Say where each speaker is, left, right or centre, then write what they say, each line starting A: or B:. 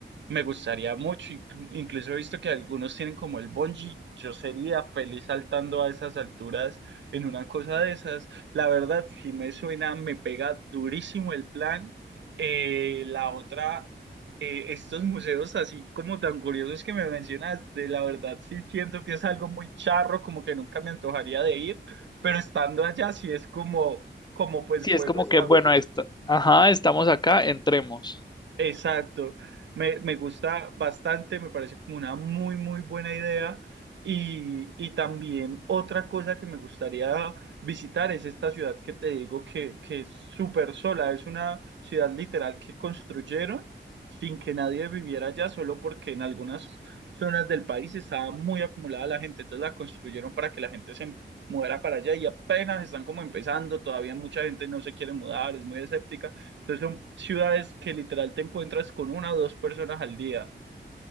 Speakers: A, on the right; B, on the left.
A: Me gustaría mucho, inc- incluso he visto que algunos tienen como el bungee. Yo sería feliz saltando a esas alturas en una cosa de esas. La verdad, si me suena, me pega durísimo el plan. Eh, la otra, eh, estos museos así como tan curiosos que me mencionaste, la verdad sí siento que es algo muy charro, como que nunca me antojaría de ir, pero estando allá sí es como, como pues
B: Sí,
A: bueno,
B: es como
A: está
B: que, bueno, esto, ajá, estamos acá, entremos.
A: Exacto, me, me gusta bastante, me parece como una muy, muy buena idea. Y, y también otra cosa que me gustaría visitar es esta ciudad que te digo que, que es súper sola, es una ciudad literal que construyeron sin que nadie viviera allá, solo porque en algunas zonas del país estaba muy acumulada la gente, entonces la construyeron para que la gente se mudara para allá y apenas están como empezando, todavía mucha gente no se quiere mudar, es muy escéptica entonces son ciudades que literal te encuentras con una o dos personas al día.